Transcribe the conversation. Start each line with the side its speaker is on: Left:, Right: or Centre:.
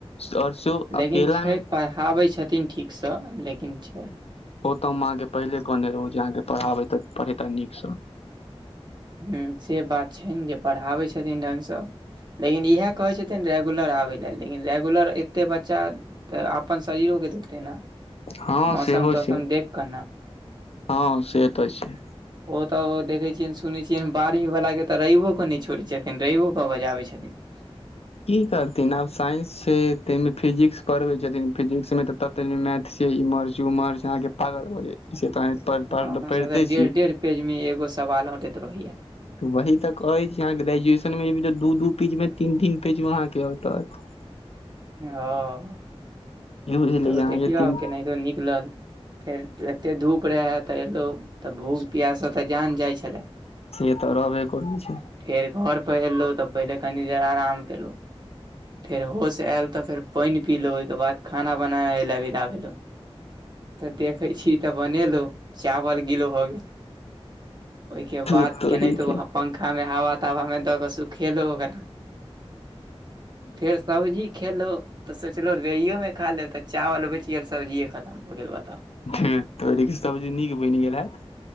Left: सोर सेहो
Right: लेकिन
Left: अकेला
Right: छै,
Left: मे
Right: पढ़ाबै छथिन ठीकसँ लेकिन छै।
Left: ओतऽ हम अहाँके पहिले कहने रहौ जे अहाँके पढ़ाबे त पढ़ेता नीकसँ।
Right: हु से बात छैन जे पढ़ाबै छथिन ढंगसँ। लेकिन इहे कहै छथिन रेगुलर आबय ले लेकिन रेगुलर एतेक बच्चा तऽ अपन शरीरोे के देखते ने।
Left: हँ
Right: मौसम
Left: सेहो
Right: तौसम
Left: छै
Right: देख कऽ न।
Left: हँ से तऽ छै
Right: ओ तऽ देखै छियेन। सुनै छियैनि बारीवला के तऽ रइवो कऽ नहि छोड़ै छथिन रविओ कऽ बजाबै छथिन
Left: की करथिन आब साइंस छै तमे फिजिक्स पढ़बे छथिन फिजिक्स मे त मै से इमहर छै उमहर छै अहाँके पागल हो जा तऽ अहा पड़ पड़
Right: हँ
Left: पढ़िते
Right: से तऽ डेढ़
Left: छी।
Right: डेढ़ पेज में एगो सवाल अंंटैत रहैये।
Left: वही तऽ कहै छी अहाँ ग्रेजुएशन मे जेबय तऽ दू -दू पीज मे तीन -तीन पेज में अहाँं के अटत।
Right: हऽ।
Left: की बुझलियै
Right: तब
Left: अहाँके
Right: देखियौ
Left: तीन
Right: आब केनाहितो निकलल। फेर एते धूप रहै तऽ एलो तऽ भूख पियास स तऽ जान जाइ छलै।
Left: से तऽ रहबे करै छै।
Right: फेर घर पर हेलो तऽ पहिले कनी देर अराम केलो। फेर होस ऐल तऽ फेर पाइन पीलो ओय के बाद खाना बनाबे लए विदा भेलहु तऽ देखै छी तऽ बनेलो- चावल गिल्ल भऽ गेल, ओय के
Left: धुर
Right: बाद
Left: तोरी
Right: केनाहितो
Left: के
Right: ह- पंखा मे हवा तावा में दऽ क सुखेलो ओकरा फेर सबजी खेलो तऽ सोचलो बेरियो मे खा लेब तऽ चावल बइच गेल सब्जिए खतम भ गेल बताउ।
Left: <unintelligible> तोरी के, सबजी नीक बइन गेल हैत।